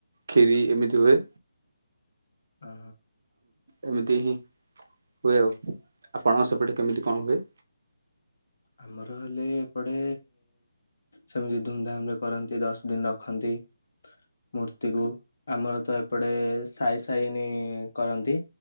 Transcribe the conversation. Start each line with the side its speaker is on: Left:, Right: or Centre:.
Right: ଖିରି ଏମିତି ହୁଏ।
Left: ଓ‌
Right: ଏମିତି ହିଁ ହୁଏ ଆଉ ଆପଣଙ୍କ ସେପଟେ କେମିତି କଣ ହୁଏ?
Left: ଆମର ହେଲେ ଏପଟେ, ସେମିତି ଧୁମଧାମ ରେ କରନ୍ତି ଦଶ ଦିନ। ଖନ୍ତି। ମୂର୍ତ୍ତିକୁୁ, ଆମର ତ ଏପଟେ ସାଇ ସାଇନି କରନ୍ତି।